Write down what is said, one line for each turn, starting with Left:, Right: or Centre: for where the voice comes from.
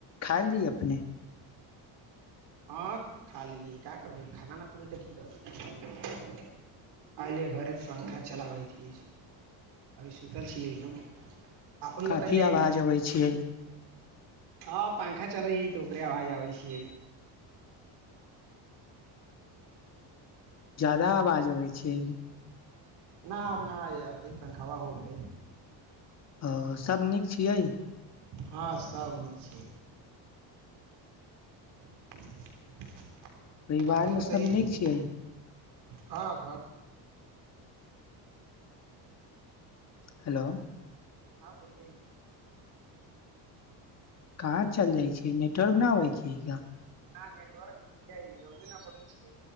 Left: खाइल जाइ अपने
Right: हँ खा लेलियै का करबै खाना न खबै तऽ की करबै अयले घरे पंखा चलाबै छी अभी सुतल छियै हम अपन
Left: काफी
Right: बतैयै
Left: आवाज
Right: ने
Left: अबै छियै
Right: हँ पं खा चलै तऽ ओकरे आवाज आबै छियै
Left: ज्यादा आवाज अबै छै अभि
Right: ना आब ना अते पंखावा हो गलै
Left: ओ सब नीक छियै
Right: हँ सभ नीक छै <unintelligible>
Left: परिवारमे
Right: अपन बतैयै
Left: सभ निक
Right: ने
Left: छियै
Right: हँ घर
Left: हेलो
Right: हँ बोलियै न
Left: कहाँ चल जाइ छियै नेटवर्क न अबै छियै का
Right: ना नेटवर्क छियै रौए न बोलै छियै